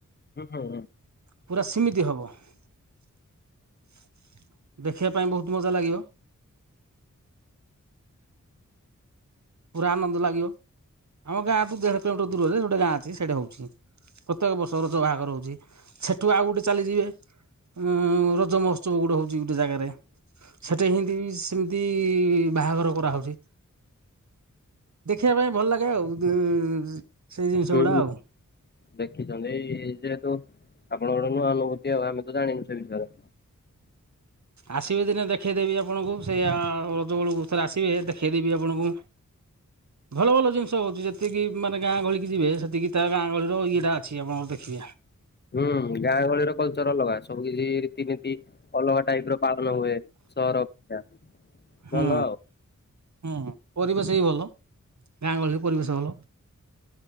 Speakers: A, on the left (about 35°); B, on the right (about 60°).
A: ହୁଁ ହଁ।
B: ପୁରା <inaudible> ଦେଖିବା ପାଇଁ ବହୁତ ମଜା ଲାଗିବ। <inaudible> ପୁରା ଆନନ୍ଦ ଲାଗିବ ଆମ ଗାଁଠୁ ଦେଢ କିଲୋମିଟର ଦୂରରେ ଗୋଟେ ଗାଁ ଅଛି ସେଇଟା ହଉ ପ୍ରତ୍ୟେକ ବର୍ଷ ରଜ ବାହାଘର ହୋଉଛି। ସେଠୁ ଆଉ ଗୋଟେ ଚାଲିଯିବେ ହଁ, ରଜ ମହୋତ୍ସବ ଗୋଟେ ହଉଛି ଗୋଟେ ଜାଗାରେ। ସେଠି ହି ସେମିତି ବାହାଘର କରାହଉଛି। ଦେଖିବା ପାଇଁ ଭଲ ଲାଗେ ଆଉ ସେଇ ଜିନିଷ
A: ହୁଁ।
B: ଗୁଡା ଆଉ
A: ଦେଖିଛନ୍ତି ଯେହେତୁ ଆପଣଙ୍କର ନୂଆ ଅନୁଭୂତି ଆଉ ଆମେ ତ ଜାଣିନୁ ସେ ବିଷୟରେ।
B: ଆସିବେ ଦିନେ ଦେଖେଇଦେବି ଆପଣଙ୍କୁ ସେ ଆ ରଜ ବେଳକୁ ଥରେ ଆସିବେ ଦେଖେଇଦେବି ଆପଣଙ୍କୁ। ଭଲ ଭଲ ଜିନିଷ ହଉଛି ଯେତିକି ମାନେ ଗାଁ ଗହଳି କି ଯିବେ ସେତିକି ତା ଗାଁ ଗହଳି ଇଏଟା ଅଛି ଆପଣଙ୍କର ଦେଖିବେ
A: ହୁଁ। ଗାଁ ଗହଳିର କଲଚର ଅଲଗା ସବୁ କିଛି ରୀତିନୀତି ଅଲଗା ଟାଇପ୍ ର ପାଳନ ହୁଏ ସହର ଅପେକ୍ଷା
B: ହୁଁ
A: ଭଲ ଆଉ।
B: ହୁଁ। ପରିବେଶ ବି ଭଲ ଗାଁ ଗହଳିରେ ପରିବେଶ ଭଲ।